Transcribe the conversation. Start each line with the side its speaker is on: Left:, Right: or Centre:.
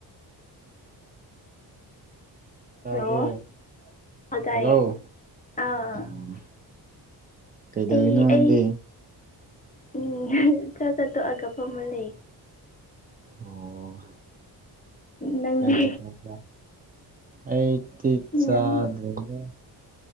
Right: ꯇꯥꯕ꯭ꯔꯣ
Left: ꯍꯜꯂꯣ ꯑꯧ ꯇꯥꯏꯌꯦ
Right: ꯍꯜꯂꯣ
Left: ꯑꯥ ꯑꯥ
Right: ꯎꯝ ꯀꯩꯗꯧꯔꯤꯅꯣ
Left: ꯑꯩ
Right: ꯅꯪꯗꯤ
Left: ꯑꯩ ꯎꯝ ꯆꯥꯛ ꯆꯥ ꯇꯣꯛꯑꯒ ꯐꯝꯃ ꯂꯩꯌꯦ
Right: ꯑꯣ
Left: ꯅꯪꯗꯤ
Right: ꯀꯩ ꯃꯊꯦꯜ ꯆꯥꯏ ꯑꯩꯗꯤ
Left: ꯎꯝ
Right: ꯆꯥꯗ꯭ꯔꯤꯗ